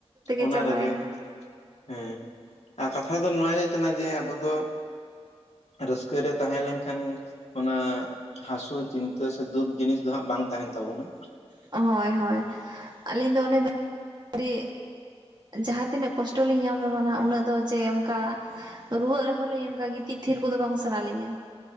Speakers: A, on the left; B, on the right.
A: ᱚᱱᱟ
B: ᱪᱟᱵᱟᱭᱮᱱᱟ
A: ᱨᱮᱜᱮ ᱦᱮᱸ, ᱟᱨ ᱠᱟᱛᱷᱟ ᱫᱚ ᱱᱚᱣᱟ‌ ᱜᱮ ᱠᱟᱱᱟ ᱡᱮ ᱟᱵᱚ ᱫᱚ ᱨᱟᱹᱥᱠᱟᱹ ᱨᱮ ᱛᱟᱦᱮᱸ ᱞᱮᱱ ᱠᱷᱟᱱ ᱚᱱᱟ ᱦᱟᱹᱥᱩ, ᱪᱤᱱᱛᱟᱹ ᱥᱮ ᱫᱩᱠ ᱡᱤᱱᱤᱥ ᱫᱚ ᱦᱟᱸᱜ ᱵᱟᱝ ᱛᱟᱦᱮᱱ ᱛᱟᱵᱚᱱᱟ ᱾
B: ᱦᱳᱭ ᱦᱳᱭ ᱾ ᱟᱹᱞᱤᱧ ᱫᱚ ᱚᱱᱮ ᱫᱚ ᱟᱹᱰᱤ ᱡᱟᱦᱟᱸ ᱛᱤᱱᱟᱹᱜ ᱠᱚᱥᱴᱚ ᱞᱤᱧ ᱧᱟᱢ ᱨᱮᱦᱚᱸ ᱟᱜ ᱩᱱᱟᱹᱜ ᱫᱚ ᱡᱮ ᱚᱱᱠᱟ ᱨᱩᱣᱟᱹᱜ ᱨᱮᱦᱚᱸ ᱞᱤᱧ ᱚᱱᱠᱟ ᱜᱤᱛᱤᱡ ᱛᱷᱤᱨ ᱠᱚᱫᱚ ᱵᱟᱝ ᱥᱟᱱᱟ ᱞᱤᱧᱟ ᱾